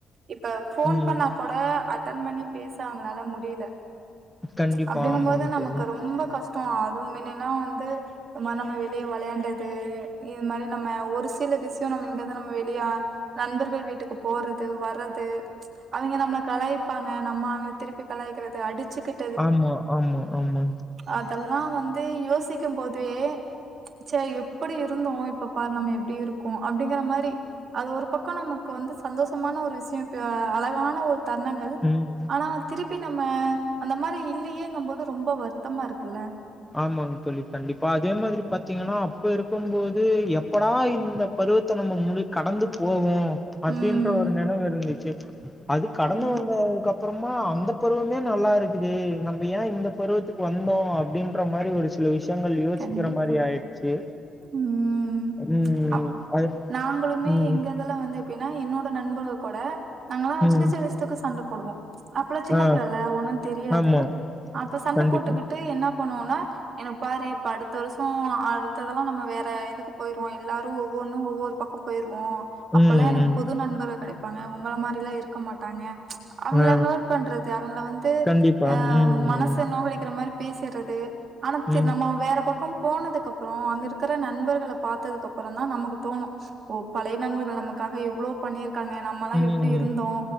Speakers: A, on the right; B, in the centre.
A: இப்ப ஃபோன்
B: ம்
A: பண்ணா கோட அட்டன் பண்ணி பேச அங்களால முடியல
B: கண்டிப்பா
A: அப்படிங்கும்போது
B: ஆமாங்க
A: நமக்
B: தோழி
A: ரொம்ப கஷ்ட அதும் இல்லைனா வந்து இந்த மாரி நம்ம வெளிய வெளையாண்டது இது மாரி நம்ம ஒரு சில விஷய நம்ம இங்கருந்து நம்ம வெளியலா நண்பர்கள் வீட்டுக்கு போறது வர்றது அவிங்க நம்மள கலாய்ப்பாங்க நம்ம அவங்கள திருப்பி கலாய்க்கறது அடிச்சுக்கிட்
B: ஆமா ஆமா ஆமா
A: அதெல்லா வந்து யோசிக்கும் போதே சே எப்படி இருந்தோ இப்ப பாரு நம்ம எப்டி இருக்கோ அப்டிங்கிற மாரி அது ஒரு பக்க நமக்கு வந்து சந்தோஷமான ஒரு விஷய அழகான ஒரு தருணங்கள்
B: ம்
A: ஆனா திருப்பி நம்ம அந்த மாரி இல்லையேங்கும்போது ரொம்ப வருத்தமா இருக்குல்ல
B: ஆமாங்க தோழி கண்டிப்பா அதே மாதிரி பாத்திங்கன்னா அப்ப இருக்கும் போது எப்படா இந்த பருவத்த நம்ம முடி கடந்து போவோ அப்படின்ற
A: ம்.
B: ஒரு நினவு இருந்துச்சு அது கடந்து
A: ஆமா,
B: வந்ததுக்கப் பறமா அந்த பருவமே நல்லா இருக்குது நம்ம ஏ இந்த பருவத்துக்கு வந்தோ அப்படின்ற மாரி ஒரு சில விஷயங்கள் யோசிக்கிற
A: கண்டிப்பா.
B: மாரி ஆயிடுச்சு
A: ம்
B: ம்
A: அப்
B: அது
A: நாங்களுமே
B: ம்
A: எங்க இதுல வந்து எப்டின்னா என்னோட நண்பர்கள் கூட நாங்கல்லா
B: ம்
A: சின்ன சின்ன விஷயத்துக்கு சண்ட போடுவோ அப்பல்லா சின்ன
B: ஆ
A: பிள்ள இல்ல ஒன்னு தெரியாது
B: ஆமா
A: அப்ப சண்ட
B: கண்டிப்பா
A: போட்டுக்கிட்டு என்ன பண்ணுவோனா எனக்கு பாரு இப்ப அடுத்த வருஷ அடுத்ததெல்லா நம்ம வேற இதுக்கு போயிருவோ எல்லாரு ஒவ்வொன்னு ஒவ்வொரு பக்க போயிருவோ அப்பல்லா
B: ம்
A: எனக்கு
B: ம்
A: புது நண்பர்கள் கெடைப்பாங்க உங்கள மாரி எல்லா இருக்க மாட்டாங்க அவங்கள
B: ஆ
A: ஹெர்ட் பண்றது அவங்கள வந்து
B: கண்டிப்பா
A: அ
B: ம்
A: மனச
B: ம்
A: நோகடிக்கிற மாரி பேசிறது ஆனா தெ
B: ம்
A: நம்மோ பக்கம் போனதுக்கப்பற அங்க இருக்கிற நண்பர்கள பாத்ததுக்கப்புறந்தா நமக்கு தோணு ஓ பழைய நண்பர்கள் நமக்காக எவ்ளோ பண்ணிருக்காங்க நம்மல்லா
B: ம்
A: எப்டி இருந்தோ